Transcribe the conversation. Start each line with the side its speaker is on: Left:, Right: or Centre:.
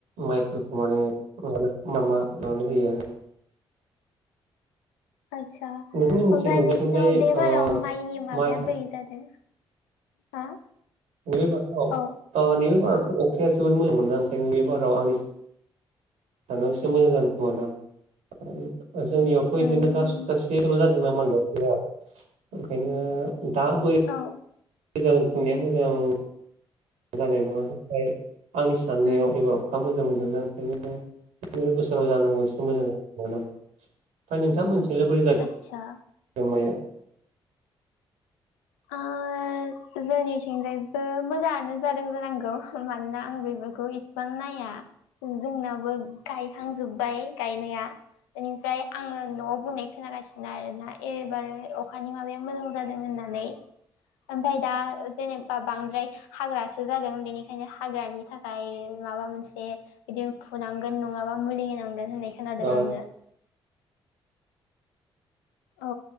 Right: माइफोरखौ माने म मा मा मानानै होयो आरो
Left: आतसा
Right: नोंथांमोननिथिं
Left: ओमफ्राय
Right: नोंसोरनिथिंजाय
Left: नोंसिनाव बे
Right: ओ
Left: बारायाव माइनि माबाया
Right: माइ
Left: बोरै जादों हो
Right: नैबे बाराव
Left: औ
Right: नैबे बारावथ' अखाया जोबोद मोजां मोना ओंखायनो नैबे बाराव आंनि दानाव एसे मोजां जानो खोमा दं जोंनियावथ' बिदिनो
Left: उम
Right: दा सप्तासे ल' जादों न मया ओंखायनो दा बोरै
Left: औ
Right: जागोन फुंनाया मोजां जानाय नङा नाथाय आंनि साननायाव
Left: उम
Right: एबार अखा मोजां मोनदोंना ओंखायनो नबे बोसोराव जानांगौ एसे मोजां जाग दं ओमफ्राय नोंथां मोनसेल' बोरै जादों।
Left: आतसा
Right: जमाया
Left: आ जोंनिथिंजायबो मोजाङानो जादों जानांगौ मानोना आं बेफोरखौ इसिबां नाया जोंनाबो गायखांजोब्बाय गायनाया बेनिफ्राय आङो न'आव बुंनाय खोनागासिनो आरोना एबार अखानि माबाया मोजां जादों होननानै ओमफफ्राय दा जेनेबा बांद्राय हाग्रासो जादों बेनि बेओखायनो हाग्रानि थाखाय माबा मोनसे बिदिनो फुनांगोन नङाबा मुलि होनांगोन होननाय खोनादों
Right: औ
Left: आंनो औ